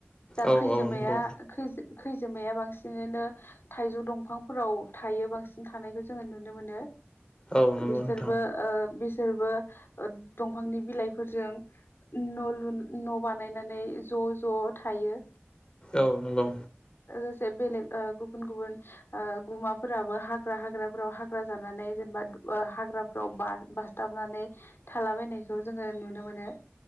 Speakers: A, on the left (about 60°); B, on the left (about 20°).
A: दा
B: औ
A: खैजोमाया
B: औ नंगौ
A: खैज खैजेमाया बांसिनानो थाइजौ दंफांफोराव थायो बांसिन थानायखौ जोंङो नु नुनो मोनो
B: औ नंगौ
A: बिसोरबो
B: नोंथां
A: ओ बिस बिसोरबो ओ दंफांनि बिलाइफोरजों नलु न' बानायनानै ज' ज'-ज' थायो।
B: औ नंगौ।
A: लोगोसे बेलेग ओ गुबुन-गुबुन ओ गुमाफोराबो हाग्रा-हाग्राफोराव हा जानानै जेनेबा दु ओ हाग्राफ्राव बा-बासथाबनानै थालाबायनायखौ जोङो नुनो मो मोनो।